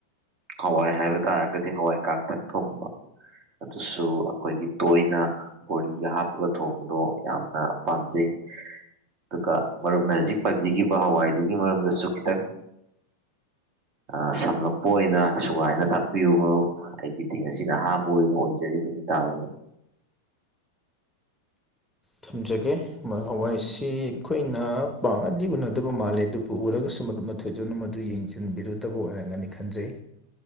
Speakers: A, on the right; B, in the centre.
A: ꯍꯋꯥꯏ ꯍꯥꯏꯕ ꯇꯥꯔꯒꯗꯤ ꯍꯋꯥꯏ ꯀꯥꯡꯇꯛ ꯊꯣꯡꯕ ꯑꯗꯨꯁꯨ ꯑꯩꯈꯣꯏꯒꯤ ꯇꯣꯏꯅ ꯕꯣꯔꯤꯒ ꯍꯥꯞꯄꯒ ꯊꯣꯡꯕꯗꯣ ꯌꯥꯝꯅ ꯄꯥꯝꯖꯩ ꯑꯗꯨꯒ ꯃꯔꯨꯞꯅ ꯍꯧꯖꯤꯛ ꯄꯟꯕꯤꯈꯤꯕ ꯍꯋꯥꯏꯗꯨꯒꯤ ꯃꯔꯝꯗꯁꯨ ꯈꯤꯇꯪ ꯑꯥ ꯁꯝꯂꯞ ꯄ ꯑꯣꯏꯅ ꯁꯨꯒꯥꯏꯅ ꯇꯥꯛꯄꯤꯌꯨ ꯃꯔꯨꯞ ꯑꯩꯒꯤꯗꯤ ꯉꯁꯤꯅ ꯑꯍꯥꯟꯕ ꯑꯣꯏꯅ ꯑꯣꯏꯖꯔꯤꯕꯅꯤ ꯇꯥꯕꯗ
B: ꯊꯝꯖꯒꯦ ꯍꯋꯥꯏꯁꯤ ꯑꯩꯈꯣꯏꯅ ꯄꯥꯡꯅꯗꯤ ꯎꯅꯗꯕ ꯃꯥꯜꯂꯦ ꯑꯗꯨꯕꯨ ꯎꯔꯒꯁꯨꯨ ꯃꯔꯨꯞꯅ ꯊꯣꯏꯗꯣꯛꯅ ꯃꯗꯨ ꯌꯦꯡꯖꯤꯟꯕꯤꯔꯨꯗꯕ ꯑꯣꯏꯔꯝꯒꯅꯤ ꯈꯟꯖꯩ